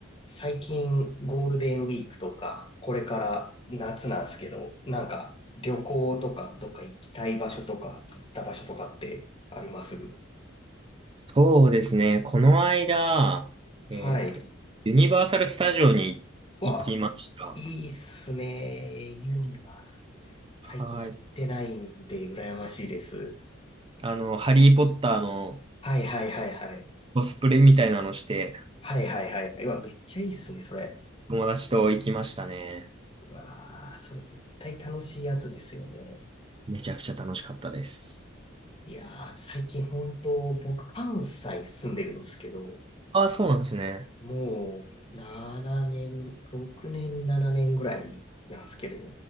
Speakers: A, on the left; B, on the right.
A: 最近ゴールデンウィークとか、これから夏なんですけど、なんか旅行とか、どっか行きたい場所とか、行った場所とかってあります
B: そうですね。この間、
A: はい。
B: えーっと、ユニバーサル・スタジオに行きました。
A: わ、いいっすね。ユニバ。最近行ってないんで、
B: はい。
A: 羨ましいです。
B: あの、ハリー・ポッターの
A: はいはいはいはい。
B: コスプレみたいなのして、
A: はいはいはいはい。うわ、めっちゃいいっすね、それ。
B: 友達と行きましたね。
A: うわー、それ絶対楽しいやつですよね。
B: めちゃくちゃ楽しかったです。
A: いやー、最近本当、僕、関西住んでるんですけど、
B: ああ、そうなんですね。
A: もう、7年、6年、7年ぐらいなんですけど、